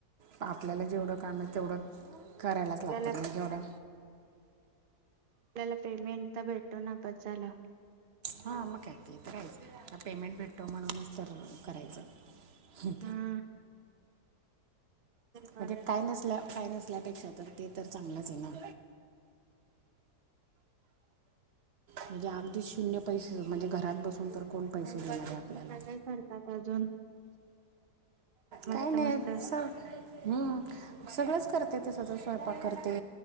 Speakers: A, on the right; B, on the right.
A: आपल्याला जेवढं काम आहे तेवढं करायलाच
B: आपल्याला
A: लागतात कारण जेवढ्या
B: त्याला पेमेंट तर भेटतो ना, बस झालं.
A: हा मग काय, पेमेंट भेटतो म्हणूनचं तर करायचं. हम्म.
B: हम बरं
A: म्हणजे काय नसल्या काय नसल्यापेक्षा तर ते तर चांगलंच आहे ना. म्हणजे अगदीच शून्य पैसं म्हणजे घरात बसून तर कोण पैसे
B: मग
A: देणारे
B: बाकी
A: आपल्याला?
B: तुम्ही काय काय करतात अजून मस्त
A: काही नाही,
B: मस्त
A: स हम्म. सगळंच करते तसं तर स्वयंपाक करते,